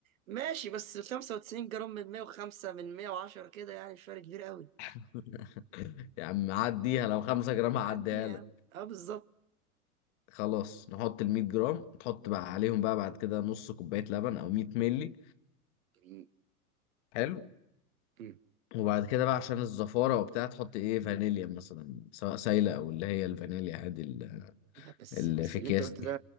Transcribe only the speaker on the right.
ماشي بس 95 جرام من 105 من 110 كده يعني مش فرق كبير قوي
عدي يا عم
اه بالظبط
جميل
جميل
مم.
لا بس
بس
اللي
انت قلته
ده